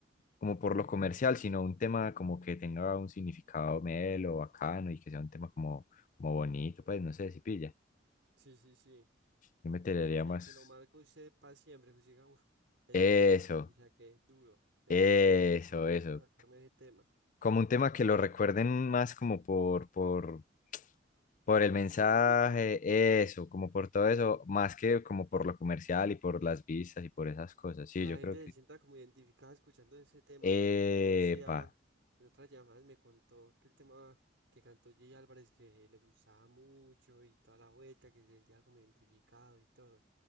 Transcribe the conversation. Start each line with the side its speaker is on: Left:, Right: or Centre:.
Left: como por lo comercial, sino un tema como que tenga un significado melo, bacano y que sea un tema como, como bonito, pues no sé si pilla.
Right: Sí, sí, sí.
Left: Yo me tiraría
Right: Como que,
Left: más
Right: que lo marco usted para siempre, que siga, uf, ese
Left: eso,
Right: tema, o sea, que duro. Me
Left: eso,
Right: gusta,
Left: eso.
Right: quiero sacarme de ese tema.
Left: como un tema que lo recuerden más como por, por, por
Right: Por
Left: el
Right: lo
Left: mensaje,
Right: que transmite,
Left: eso, como por todo eso, más que como por lo comercial y por las vistas y por esas cosas. Sí,
Right: la
Left: yo
Right: gente
Left: creo que...
Right: se sienta como identificada escuchando ese tema,
Left: Epa,
Right: como usted decía en otras llamadas, me contó que el tema que cantó Jay Álvarez, que le gustaba mucho y toda la vuelta, que se sentía como identificado y todo.